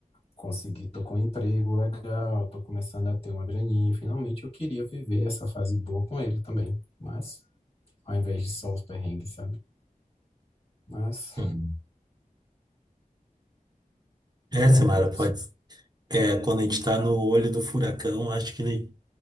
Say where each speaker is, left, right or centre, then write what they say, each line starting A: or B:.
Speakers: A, on the left (about 45°); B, on the right (about 30°).
A: Consegui, tô com um emprego legal, tô começando a ter uma graninha. Finalmente eu queria viver essa fase boa com ele também. Mas, ao invés de só os perrengues, sabe? Mas,
B: Uhum. É,
A: complexo.
B: Samara, pode. É, quando a gente tá no olho do furacão, acho que